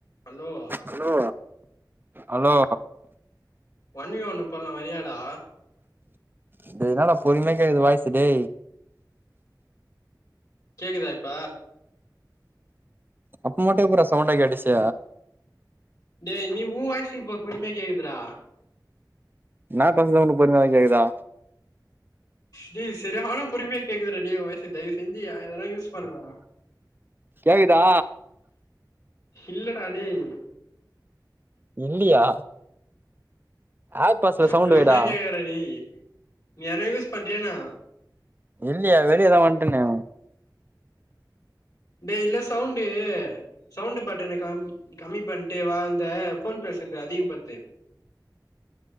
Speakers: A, on the left (about 55°); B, on the right (about 25°).
A: Hello
B: hello hello
A: ஒன்வி ஒன்னு பண்லா வரியாடா
B: இதுனால பொறுமை கேக்குது வாய்ஸ்சு டே
A: கேக்குதா இப்ப
B: அப்போ மட்டு எப்புட்றா சவுண்டா கேட்டுச்சு
A: டேய் நீ் உ வாய்ஸ் இப்போ பொறுமையா கேக்குதடா
B: நா சொல்றது உனக்கு பொறுமையாதா கேக்குதா
A: டே செரியான பொறுமையா கேக்குதுடா டே ஓ வாய்ஸு தயவு செஞ்சு எ எதுனா யூஸ் பண்றா
B: கேக்கதா
A: இல்லடா டேய்
B: இல்லியா ஆர் பாஸ்ல சவுண்டு
A: பொறுமையா
B: வைடா
A: கேக்குதுடா டேய் நீ எதனா யூஸ் பண்றியா என்னா
B: இல்லயே வெளிய தா வன்ட்டேனே
A: டே இல்ல சவுண்டு சவுண்டு பட்டன கம் கம்மி பண்ட்டு வா இந்த ஃபோன் பேஸ்றத அதிக படுத்து